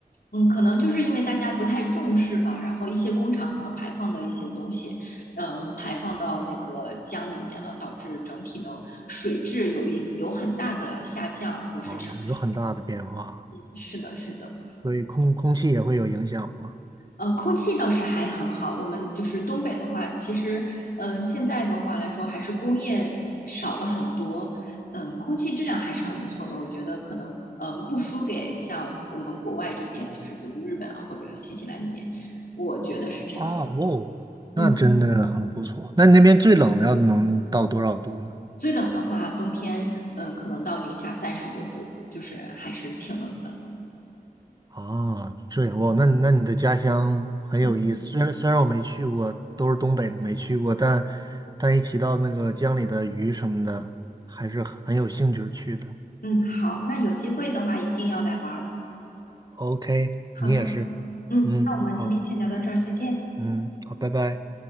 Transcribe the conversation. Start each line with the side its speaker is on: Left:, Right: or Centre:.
Left: 嗯，可能就是因为大家不太重视吧，然后一些工厂可能排放的一些东西，嗯，排放到那个江里面了，导致整体的水质有一有很大的下降。我是这样觉
Right: 哦，有很大的变化，
Left: 得，是的，是的。
Right: 所以空空气也会有影响吗？
Left: 呃，空气倒是还很好。我们就是东北的话，其实，嗯、现在的话来说，还是工业少了很多，嗯、空气质量还是很不错的。我觉得可能，嗯、不输给像我们国外这边，就是比如日本啊或者新西兰那边，我觉得是这样的。
Right: 哦，哦，那真的很不错。
Left: 嗯，
Right: 那你那边最冷的要能到多少度呢？
Left: 最冷的话，冬天，嗯、可能到零下三十多度，就是还是挺冷的。
Right: 啊，这样哇，
Left: 嗯
Right: 那你那你的家乡很有意思。
Left: 嗯
Right: 虽然虽然我没去过，都是东北的没去过，但但一提到那个江里的鱼什么的，还是很有兴趣去的。
Left: 嗯，好，那有机会的话一定要来玩儿。
Right: OK，
Left: 好的，
Right: 你也是。
Left: 嗯，
Right: 嗯，
Left: 那我们今天先聊到这儿，
Right: 好，
Left: 再见。
Right: 嗯，好，拜拜。